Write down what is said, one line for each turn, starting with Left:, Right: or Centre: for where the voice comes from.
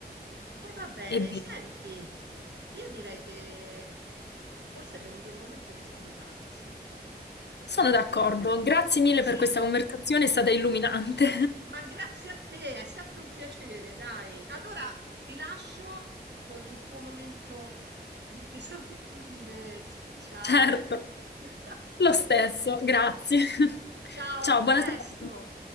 Right: E va bene,
Left: E via.
Right: senti, io direi che forse è venuto il momento di salutarci.
Left: sono
Right: Ehm,
Left: d'accordo. Grazie mille
Right: sì,
Left: per questa conversazione, è stata illuminante.
Right: ma grazie a te, è sempre un piacere, dai. Allora ti lascio con il tuo momento di <laughs> solitudine speciale.
Left: Certo,
Right: <laughs>
Left: lo stesso,
Right: Ok,
Left: grazie. <laughs>
Right: ciao,
Left: Ciao,
Right: a presto.
Left: buona serata.